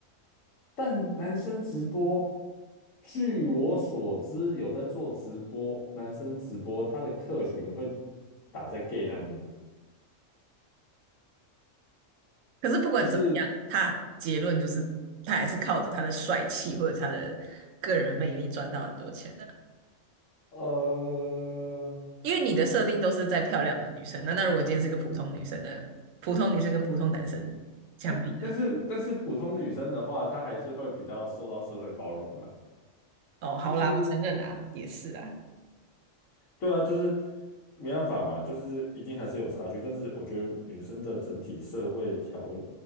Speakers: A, on the left; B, on the right.
A: 但男生直播，据我所知，有在做直播，男生直播他的客群会打在 gay 那边，
B: 可是不管怎么样，
A: 就是
B: 他结论就是他还是靠着他的帅气或者他的个人魅力赚到很多钱的、
A: 呃。
B: 因为你的设定都是在漂亮的女生，那那如果今天是个普通女生呢？普通女生跟普通男生相比呢？
A: 哎，但是但是普通女生的话，她还是会比较受到社会包容啊，
B: 哦，好啦，
A: 就是
B: 我承认啦，也是啦。
A: 对啊，就是没办法嘛，就是一定还是有差距，但是我觉得女生的整体社会条